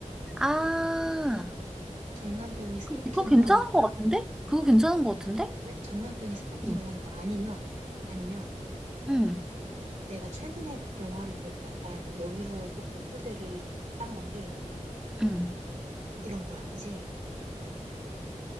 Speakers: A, in the centre; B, on the right (about 65°).
A: 아,
B: 전 남편이 스토킹을
A: 그거 괜찮은
B: 하는 거야.
A: 것 같은데? 그거 괜찮은 것 같은데?
B: 그래? 전 남편이 스토킹을
A: 응,
B: 하는 거야. 아니면, 아니면
A: 응,
B: 내가 최근에 영화를 보고 약간 여기서 조금 소재를 딴 건데
A: 응.
B: 이런 거야. 이제